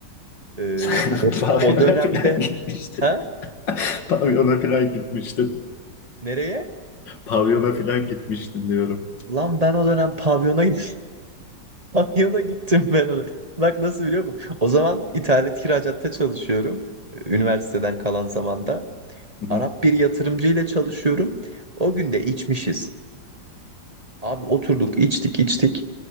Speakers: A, on the left; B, on the right.
A: <laughs>
B: Ee,
A: Sen
B: o,
A: pavyona
B: o dönemde
A: falan gitmiştin.
B: ha?
A: Pavyona falan gitmiştin.
B: Nereye?
A: Pavyona falan gitmiştin diyorum.
B: Lan ben o dönem pavyona gittim. <laughs> Pavyona gittim ben o dönem. Bak nasıl biliyor musun? O zaman ithalat kiracaatta çalışıyorum. e, Üniversiteden kalan zamanda.
A: Hı
B: Arap
A: hı.
B: bir yatırımcı ile çalışıyorum. O gün de içmişiz. Abi oturduk içtik içtik.